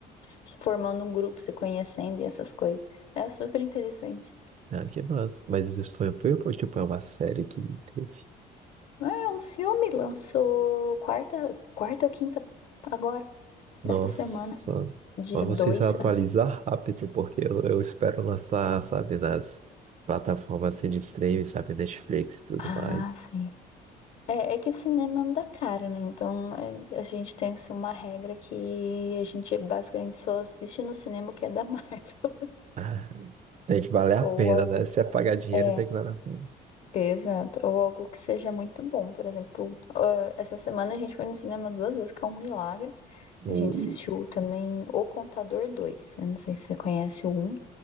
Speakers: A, on the left (about 55°); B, on the right (about 45°).
A: se formando um grupo, se conhecendo e essas coisas. É super interessante.
B: Ah, que massa. Mas isso foi, foi, tipo, é uma série que teve.
A: É um filme, lançou quarta, quarta ou quinta agora,
B: Nossa,
A: essa semana, dia
B: mas
A: 2
B: você se atualizar
A: acho.
B: rápido, porque eu, eu espero lançar, sabe, nas plataformas assim, de streaming, sabe, Netflix e tudo
A: Ah,
B: mais.
A: sim. É, é que cinema anda caro, né? Então é, a gente tem assim, uma regra que a gente basicamente só assiste no cinema o que é da Marvel. <laughs>
B: Ah, Tem que valer a
A: Ou
B: pena,
A: algo
B: né?
A: que
B: Se
A: seja.
B: é pagar dinheiro,
A: É,
B: tem que valer a pena.
A: exato. Ou algo que seja muito bom. Por exemplo, ah, essa semana a gente foi no cinema duas vezes, que é um milagre.
B: Ui,
A: A gente assistiu também O Contador dois. Eu não sei se você conhece o um.